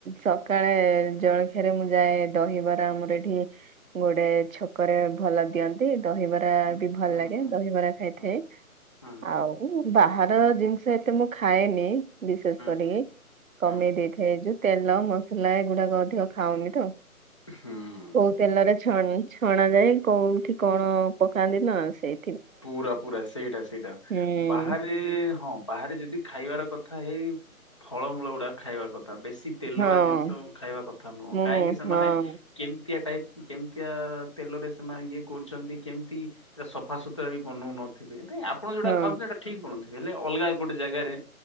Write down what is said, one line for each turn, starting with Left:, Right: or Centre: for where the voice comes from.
Right: ସକାଳେ ଜଳଖିଆରେ ମୁଁ ଯାଏ ଦହିବାର ଆମର ଏଠି ଗୋଟେ ଛକରେ ଭଲ ଦିଅନ୍ତି ଦହିବ
Left: ହଁ
Right: ବି ଭଲ
Left: ହଁ
Right: ଲାଗେ
Left: ହଁ
Right: ଦହିବରା ଖାଇଥାଏ
Left: ହଁ ହଁ ହଁ ହଁ
Right: ଆଉ ବାହାର ଜିନିଷ ଏତେ ମୁଁ ଖାଏନି ବିଶେଷ କରିକି
Left: ହଁ ହଁ
Right: କମେଇ
Left: ହଁ ହଁ
Right: ଦେଇଥାଏ ଏ ଯୋଉ ତେଲ ମସଲା ଏଗୁଡାକ ଅଧିକ ଖାଉନି ତ
Left: ହଁ
Right: କୋଉ ତେଲରେ ଛ ଛଣାାଯାଏ କୋଉଠି କଣ ପକାନ୍ତି ନା ସେଇ
Left: ପୁରା ପୁରା ସେଇଟା ସେଇଟା
Right: ହୁଁ
Left: ବାହାରେ ହଁ ବାହାରେ ଯଦି ଖାଇବାର କଥା ହେଇ ଫଳମୂଳ ଗୁଡାକ ଖାଇବାର କଥା ବେଶୀ ତେଲୁଆ
Right: ହଁ
Left: ଜିନିଷ ଖାଇବା କଥା ନୁହଁ
Right: ମୁଁ
Left: କାହିଁକି ସେମାନେ
Right: ହଁ
Left: କେମିତିଆ ଟାଇପ କେମିତିଆ ତେଲରେ ସେମାନେ ଇଏ କରୁଛନ୍ତି କେମିତି ସଫାସତ ବି ବନଉ ନଥିବେ ନାଇଁ ଆପଣ ଯୋଉଟା
Right: ହଁ
Left: ଖାଉଛନ୍ତି ସେଇଟା ଠିକ ବନଉଥିବେ ହେଲେ ଅଲଗା ଗୋଟେ ଜାଗାରେ